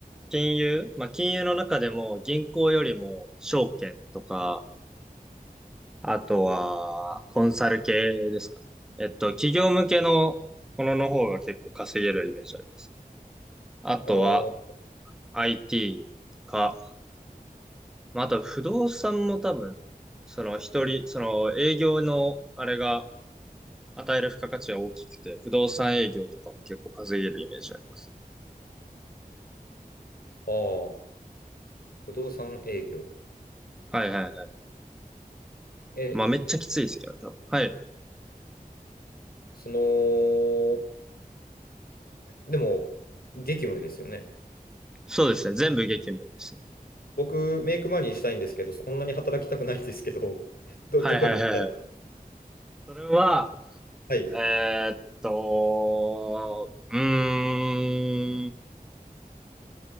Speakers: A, in the centre; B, on the left.
A: 金融、まあ金融の中でも銀行よりも証券とか、あとはコンサル系ですかね。えっと、企業向けのものの方が結構稼げるイメージあります。あとは
B: あー
A: IT か、まあ、あと不動産も多分、その一人、その営業のあれが与える付加価値は大きくて、不動産営業とかも結構稼げるイメージあります。
B: あー、不動産営業。
A: はいはいはい。
B: え、
A: まあめっちゃきついですけどね、多分。はい。
B: その、でも、激務ですよね。
A: そうですね。全部激務ですね。
B: 僕、メイクマネーしたいんですけど、そんなに働きたくないんですけど、<laughs> ど、
A: はいはいはいはい。
B: どこに行ったら。
A: それは、
B: はい。
A: えーっと、うーん。